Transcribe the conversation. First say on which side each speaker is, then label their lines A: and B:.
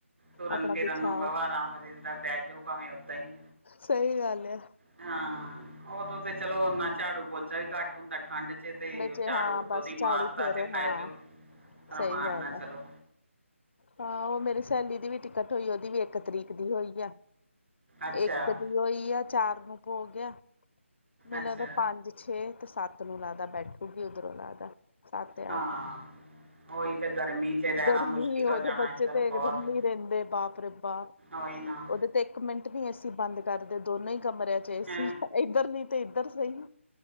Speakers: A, on the right (about 65°); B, on the left (about 55°).
A: ਤੁਰਨ
B: ਆਪਣਾ
A: ਫਿਰਨ
B: ਬਿਛਾਓ
A: ਨੂੰ ਵਾਵਾ ਆਰਾਮ ਦਿੰਦਾ ਬਹਿ ਜਾਓ ਭਾਵੇਂ ਓਦਾਂ ਹੀ।
B: ਸਹੀ ਗੱਲ ਹੈ।
A: ਹਾਂ ਉਦੋਂ ਤੇ ਚਲੋ ਓਨਾ ਝਾੜੂ ਪੋਚਾ ਵੀ ਘੱਟ। ਹੁੰਦਾ ਠੰਡ ਚ ਤੇ
B: 'ਚ
A: ਝਾੜੂ
B: ਹਾਂ
A: ਉੱਤੋਂ
B: ਬਸ
A: ਦੀ
B: ਝਾੜੂ
A: ਮਾਰਤਾ
B: ਫੇਰੋ
A: ਤੇ ਬੈ
B: ਹਾਂ
A: ਜਾਓ। ਰਮਾਣ
B: ਸਹੀ ਗੱਲ
A: ਨਾਲ
B: ਹੈ
A: ਚਲੋ।
B: ਹਾਂ ਉਹ ਮੇਰੀ
A: ਤੇ
B: ਸਹੇਲੀ
A: ਹੈ।
B: ਦੀ ਵੀ ਟਿਕਟ ਹੋਈ ਉਹਦੀ ਵੀ ਇੱਕ ਤਰੀਕ ਦੀ ਹੋਈ ਆ
A: ਅੱਛਾ
B: ਇੱਕ ਦੀ। ਹੋਈ ਆ ਚਾਰ ਨੂੰ ਭੋਗ ਆ। ਮੈਨੂੰ
A: ਅੱਛਾ
B: ਲੱਗਦਾ ਪੰਜ ਛੇ ਤੇ ਸੱਤ ਨੂੰ ਲੱਗਦਾ ਬੈਠੂਗੀ ਉੱਧਰੋਂ ਲੱਗਦਾ। ਸੱਤ ਤੇ
A: ਹਾਂ
B: ਅੱਠ।
A: ਉਹੀ ਤੇ ਗਰਮੀ 'ਚ ਰਹਿਣਾ
B: ਗਰਮੀ
A: ਮੁਸ਼ਕਿਲ
B: ਉਹਦੇ
A: ਹੋ ਜਾਣਾ
B: ਬੱਚੇ
A: ਇੱਧਰ
B: ਤੇ
A: ਬਹੁਤ
B: ਇਕ ਦਮ ਨੀ ਰਹਿੰਦੇ ਬਾਪ ਰੇ ਬਾਪ।
A: ਉਹੀ ਨਾ।
B: ਉਹਦੇ ਤੇ ਇੱਕ ਮਿੰਟ ਨੀ ਏਸੀ ਬੰਦ ਕਰਦੇ ਦੋਨੋ ਹੀ ਕਮਰਿਆਂ ਚ ਏਸੀ
A: ਹੈ
B: ਇੱਧਰ ਨਹੀਂ ਤੇ। ਉੱਧਰ ਸਹੀ